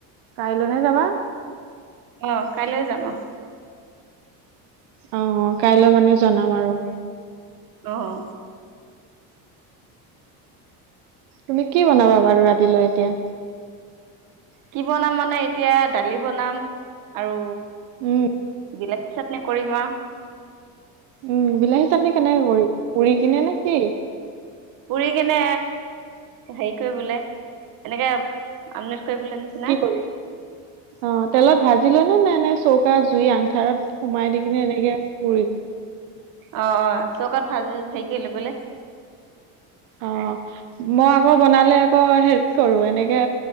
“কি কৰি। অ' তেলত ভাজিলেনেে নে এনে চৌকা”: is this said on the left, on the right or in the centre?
Right